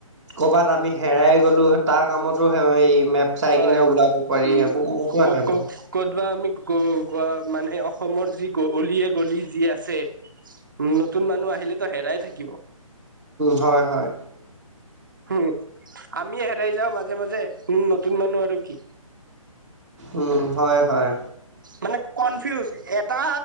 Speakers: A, in the centre; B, on the right.
A: কৰ'বাত আমি হেৰাই গ'লো, তাৰ কামতো সেই মেপ চাই
B: হয়
A: কিনে ওলাব পাৰি,
B: উম
A: সেইবোৰ কামতো
B: ক ক
A: আহে বাৰু।
B: ক'তবা আমি গ গ মানে অসমৰ যি গ গলিয়ে গলি যি আছে। উম, নতুন মানুহ আহিলেতো হেৰাই থাকিব।
A: হয়, হয়।
B: উম, আমিয়ে হেৰাই যাওঁ মাজে মাজে, উম নতুন মানুহ আৰু কি।
A: উম, হয় হয়।
B: মানে কনফিউজ, এটা